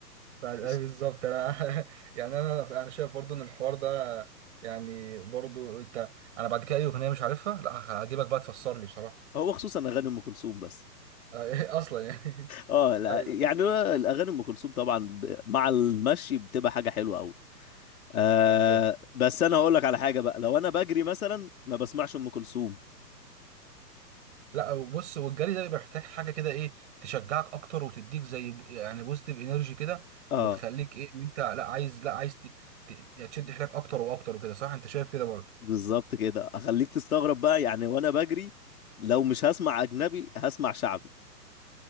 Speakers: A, on the right; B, on the left.
A: بعد ايوه
B: مش
A: بالظبط انا <laughs> يعني انا انا شايف برضو ان الحوار ده يعني برضو انت انا بعد كده اي اغنيه مش عارفها لا هجيبك بقى تفسر لي بصراحه
B: هو خصوصا اغاني ام كلثوم بس
A: <laughs> اصلا يعني
B: اه
A: <laughs>
B: لا
A: ايوه
B: يعني الاغاني ام كلثوم طبعا ب- مع المشي بتبقى حاجة حلوة قوي آه
A: بالظبط
B: بس انا هقول لك على حاجه بقى لو انا بجري مثلا ما بسمعش ام كلثوم
A: لا وبص والجري ده بيبقى محتاج حاجه كده ايه تشجعك اكتر وتديك زي ب- يعني بوزيتيف انرجي كده
B: اه
A: وتخليك ايه ان انت لا عايز لا عايز ت- ت- تشد حيلك اكتر واكتر وكده صح انت شايف كده برضو
B: بالظبط كده اخليك تستغرب بقى يعني وانا بجري لو مش هسمع اجنبي هسمع شعبي